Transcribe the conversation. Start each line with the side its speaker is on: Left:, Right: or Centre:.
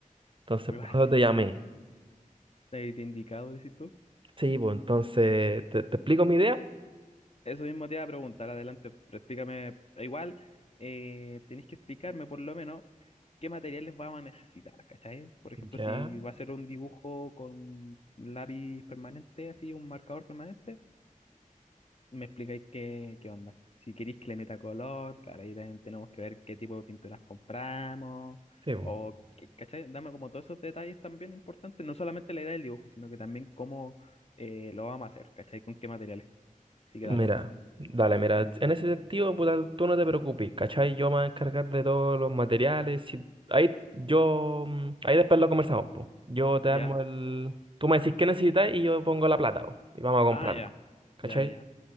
Right: Entonces,
Left: Muy
Right: por
Left: básico.
Right: eso te llamé.
Left: de indicado, dices tú.
Right: Sí, pues entonces, ¿te, te explico mi idea?
Left: Eso mismo te iba a preguntar, adelante, pero explícame. Igual, eh, tenéis que explicarme por lo menos qué materiales vamos a necesitar, ¿cachai? Por ejemplo,
Right: Ya,
Left: si va a ser un dibujo con lápiz permanente, así, un marcador permanente, me explicáis qué, qué onda. Si queréis que le meta color, claro, ahí también tenemos que ver qué tipo de pinturas compramos,
Right: sí, pues.
Left: o, qué- ¿cachai? Dame como todos esos detalles también importantes, no solamente la idea del dibujo, sino que también cómo eh, lo vamos a hacer, ¿cachai? Con qué materiales. Así que
Right: Mira,
Left: dale.
Right: dale, mira, en ese sentido, puta, tú no te preocupes, ¿cachai? Yo me voy a encargar de todos los materiales, si- ahí yo, mm, ahí después lo conversamos, pues. Yo te
Left: ¿Ya?
Right: armo el, tú me decís qué necesitas y yo pongo la plata, po, y vamos a comprarlo,
Left: Ah, ya.
Right: ¿cachai?
Left: Ya, ya, ya.